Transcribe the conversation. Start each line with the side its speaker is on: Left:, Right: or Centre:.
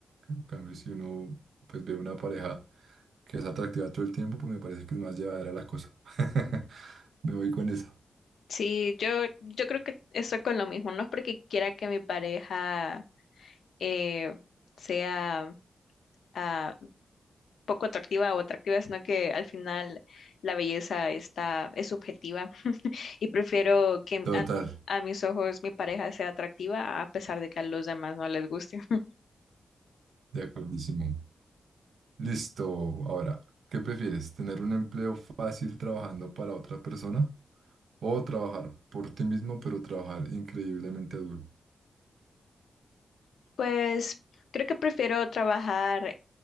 Right: en cambio si uno pues ve una pareja que es atractiva todo el tiempo, pues me parece que es más llevadera la cosa. <laughs> Me voy con esa.
Left: Sí, yo, yo creo que estoy con lo mismo, no es porque quiera que mi pareja eh, sea... ah, poco atractiva o atractiva, sino que al final la belleza está, es subjetiva y prefiero que
Right: Total,
Left: a, a mis ojos mi pareja sea atractiva a pesar de que a los demás no les guste. <laughs>
Right: de acordísimo. Listo, ahora, ¿qué prefieres? ¿Tener un empleo fácil trabajando para otra persona o trabajar por ti mismo, pero trabajar increíblemente duro?
Left: Pues creo que prefiero trabajar